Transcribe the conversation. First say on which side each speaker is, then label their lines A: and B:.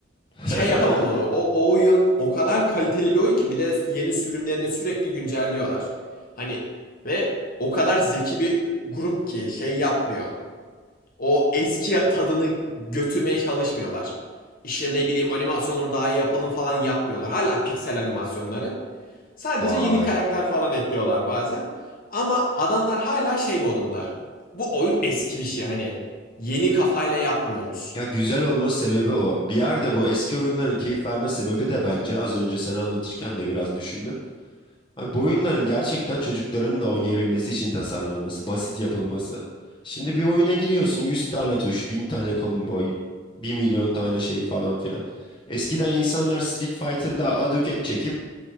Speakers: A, on the left; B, on the left.
A: <laughs>
B: şey yapamam onu. O, o oyun o kadar kaliteli bir oyun ki bir de yeni sürümlerini sürekli güncelliyorlar. Hani ve o kadar zeki bir grup ki şey yapmıyor. O eski tadını götürmeye çalışmıyorlar. İşte ne bileyim animasyonları daha iyi yapalım falan yapmıyorlar. Hala piksel animasyonları. Sadece
A: Vay.
B: yeni karakter falan ekliyorlar bazen. Ama adamlar hala şey modunda. Bu oyun eski bir şey hani. Yeni kafayla yapmıyoruz.
A: Ya güzel olma sebebi o. Bir yerde bu eski oyunların keyif verme sebebi de bence az önce sen anlatırken de biraz düşündüm. Abi bu oyunların gerçekten çocukların da oynayabilmesi için tasarlanması, basit yapılması. Şimdi bir oyuna giriyorsun 100 tane tuş, 1000 tane combo, bir milyon tane şey falan filan. Eskiden insanlar Street Fighter'da aduket çekip